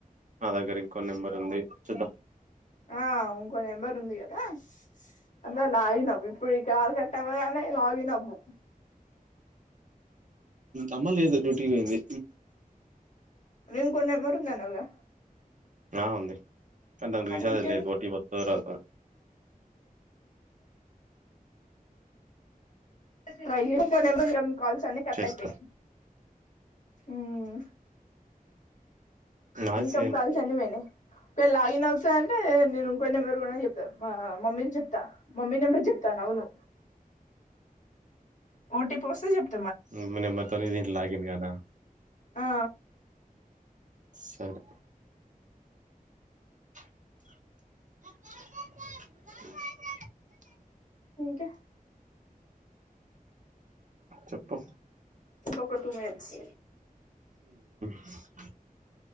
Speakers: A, on the right; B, on the left.
A: నా దగ్గర ఇంకో నెంబర్ ఉంది చూద్దాం
B: ఆ ఉంకో నెంబర్ ఉంది గ అలా లాగినవ్ ఇప్పుడు ఈ కాల్ కట్టవగానే లాగినవ్వు
A: అమ్మ లేదు డ్యూటీకి పోయింది
B: వే ఇంకో నెంబరుందన్నవ్ గా
A: ఆ ఉంది కానీ నాకు ఈ విషయాలు
B: ఇంకేం
A: తెలీదు ఓటీపీ ఒత్తదో రాదో
B: ట్రై చేయి ఇంకో నంబర్ ఉంది గా మీకు కాల్ అని కట్
A: చేస్తా
B: అయిపోయనయ్ మ్మ్
A: నాది
B: ఇన్కమ్
A: సేమ్
B: కాల్స్ అన్ని పోయినాయ్ ఒక లాగిన్ అవుతాయంటే నేను ఇంకో నెంబరు కూడా చెప్తాను మమ్మీది చెప్తా మమ్మీ నెంబర్ చెప్తాను అవును ఓటిపి పోసే చెప్పు
A: మి అమ్మ నంబర్ తోనే లాగిన్ కానా
B: ఆ
A: సరే <unintelligible>
B: ఇంకా
A: చెప్పు
B: ఒక టూ మినిట్స్
A: అ